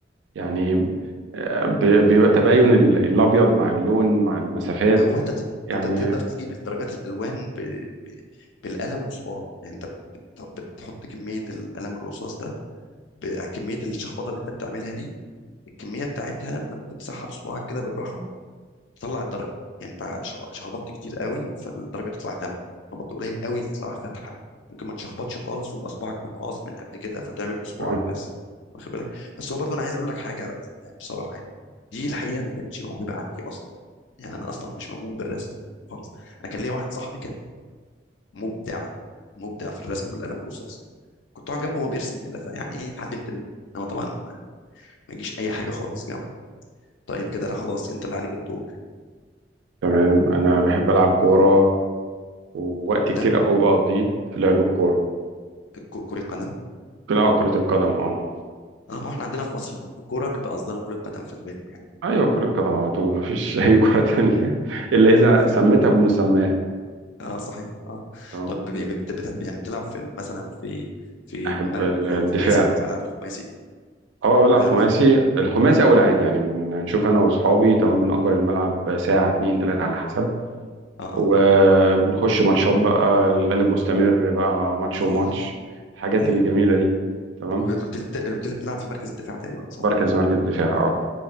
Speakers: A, on the right; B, on the left.
A: يعني آه، بي- بيبقى تباين ال- الابيض مع اللون مع المسافات
B: هو انت تد...
A: يعني
B: انت بتقدر تجيب الدرجات الالوان ب... ب... بالقلم وصباعك يعني انت بت... بتحط كميه القلم الرصاص ده بكميه الشخبطه اللي انت بتعملها دي الكميه بتاعتها ما بتمسحها بصباعك كده بالراحه تطلع الدرجه يعني انت شخ- شخبطت كتير قوي فالدرجه تطلع غامقه شخبطت قليل قوي تطلع فاتحه ممكن ما تشخبطش خالص ويبقى صباعك متقاص من قبل كده فتعمل بصباعك
A: اه
B: بس واخد بالك بس هو برضه انا عايز اقول لك حاجه يعني بصراحه يعني دي الحقيقه ما كانتش موهبه عندي اصلا يعني انا اصلا مش موهوب بالرسم خالص انا كان ليا واحد صاحبي كان مبدع مبدع في الرسم بالقلم الرصاص كنت اقعد جنبه وهو بيرسم كده فيعني ايه اتعلمت منه انما طبعا ما ما يجيش اي حاجه خالص جنبه طيب كده انا خلاص انت اللي عليك الدور
A: تمام انا بحب العب كورة ووقت
B: قدم
A: كتير قوي بقضيه في لعب الكورة
B: ك- كره قدم
A: لا كرة القدم اه
B: اه ما احنا عندنا في مصر لما بنقول كوره نبقى قصدنا كره قدم في الغالب يعني
A: ايوه كرة قدم على طول مفيش <laughs> اي كرة تانية <laughs> الا اذا
B: اه,
A: سميتها بمسماها
B: آه صحيح اه
A: تمام
B: طب ب- ب- بت- بت- يعني بتلعب في ال- مثلا في في
A: احب
B: المر-
A: الدفاع
B: اللي هو الخماسي الملاعب الخماسي دي
A: اه
B: الملاعب
A: بلعب خماسي
B: الخماسي
A: الخماسي او العادي يعني بن- بنشوف انا واصحابي تمام بنأجر الملعب ساعة اتنين تلاتة على حسب
B: اه اه
A: وبنخش ماتشات بقى الغالب مستمر بقى ماتش
B: اه
A: وماتش الحاجات
B: ايوه
A: الجميلة دي تمام
B: بت- بت- بت- بتلعب في مركز الدفاع تقريبا صح؟
A: بركز مركز الدفاع اه